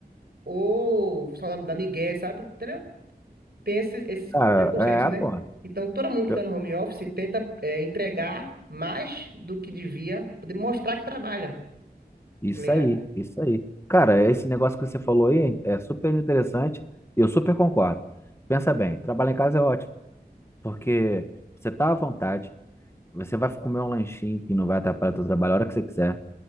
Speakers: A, on the right (about 70°); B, on the left (about 15°).
A: ou só da, da migué, sabe? Entendeu? Tem esses, esses
B: Cara,
A: preconceitos, né?
B: é, pô.
A: Então, todo mundo que
B: eu-
A: está no home office tenta é, entregar mais do que devia, poder mostrar que trabalha,
B: isso
A: tá ligado?
B: aí, isso aí. Cara, esse negócio que você falou aí é super interessante e eu super concordo. Pensa bem, trabalhar em casa é ótimo, porque você tá à vontade, você vai comer um lanchinho que não vai atrapalhar o teu trabalho a hora que você quiser.